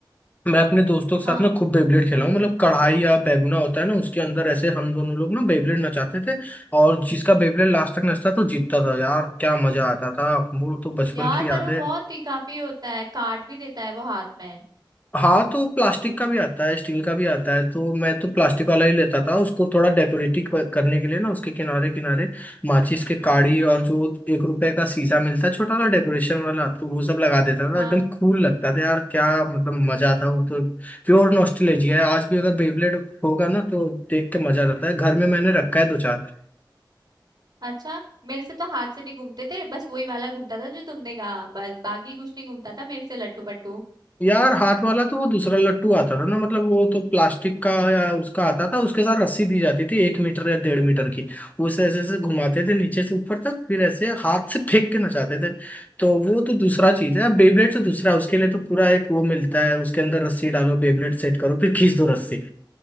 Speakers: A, on the left; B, on the right.
A: मैं अपने दोस्तों के साथ
B: हाँ
A: ना खूब बेबलेट खेला हूँ मतलब कढ़ाई या बैगुना होता है ना उसके अंदर ऐसे हम दोनों लोग ना बेबलेट नचाते थे और जिसका बेबलेट लास्ट तक नचता तो जीतता था यार क्या मजा आता था वो तो बचपन
B: यार
A: की यादें
B: पर वो बहुत ही काफी होता है काट भी देता है वो हाथ में
A: हाँ तो प्लास्टिक का भी आता है स्टील का भी आता है तो मैं तो प्लास्टिक वाला ही लेता था उसको थोड़ा डेकोरेटिव करने के लिए ना उसके किनारे किनारे माचिस के
B: हम्म
A: काड़ी और जो एक रुपए का शीशा मिलता है छोटा सा डेकोरेशन वाला तो वो सब लगा देता था
B: हाँ
A: एकदम कूल लगता था यार क्या मतलब मजा था वो तो प्योर नॉस्टैल्जिया है आज भी अगर बेबलेट होगा ना तो देख के मजा आता है घर में मैंने रखा है दो चार
B: अच्छा मेरे से तो हाथ से नहीं घूमते थे बस वही वाला घूमता था जो तुमने कहा बस बाकी कुछ नहीं घूमता था मेरे से लट्टू पट्टू
A: यार हाथ वाला तो वो दूसरा लट्टू आता था ना मतलब वो तो प्लास्टिक का या उसका आता था उसके साथ रस्सी दी जाती थी एक मीटर या डेढ़ मीटर की उसे ऐसे ऐसे घुमाते थे नीचे से ऊपर तक फिर ऐसे हाथ से फेंक के नचाते थे तो वो तो दूसरा चीज है बेबलेट तो दूसरा है, उसके लिए तो पूरा एक वो मिलता है उसके अंदर रस्सी डालो बेबलेट सेट करो फिर खींच दो रस्सी